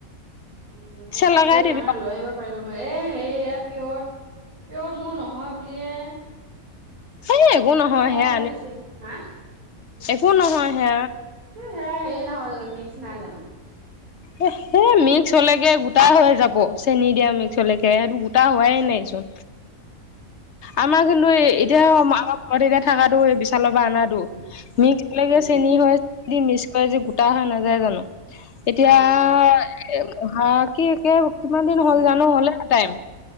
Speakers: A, on the right; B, on the left.
A: উ ল,
B: পিছে
A: মই সেই
B: লগাই
A: বুলি জনা
B: দিবি
A: হলে লৈ আহিব পাৰিলো হয়, এ হেইয়া পিয়ৰ পিয়ৰ মৌ নহয় বুলিয়ে
B: এ একো নহয়
A: সেইটো মই
B: সেয়া
A: হলে
B: আনি
A: বেছি হা
B: একো নহয় হে
A: হেৰি নহয় জানো, মিক্স নাই জানো।
B: এ সেই মিক্স হলেকে গোটা হৈ যাব, চেনী দিয়া মিক্স হলেকে, সেইটো গোটা হোৱাই নাইচোন।
A: <inaudible>
B: আমাৰ কিন্তু এই
A: উম,
B: এতিয়া আমাৰ ঘৰত এতিয়া থাকাটো বিশালৰ পা অনা <unintelligible>
A: উম,
B: মিক্স <unintelligible>
A: উম,
B: চেনি হয়, মিক্স কৰে যে গোটা হৈ নাযায় জানো। এতিয়া
A: উম,
B: <unintelligible> কিমান দিন হ'ল
A: উম।
B: জানো, হলে টাইম।